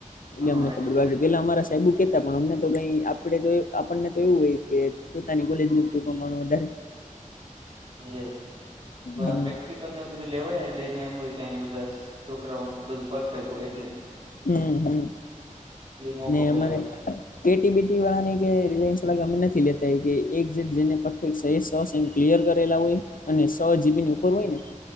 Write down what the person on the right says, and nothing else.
હા
બધું
એવું છે પણ
પ્રેક્ટિકલ ને એવું બધું લેવાય ને એટલે એને એમ હોય કે બધા છોકરા ઓ બધું પરફેક્ટ હોય એટલે
એ મોકો
પેલા
આપે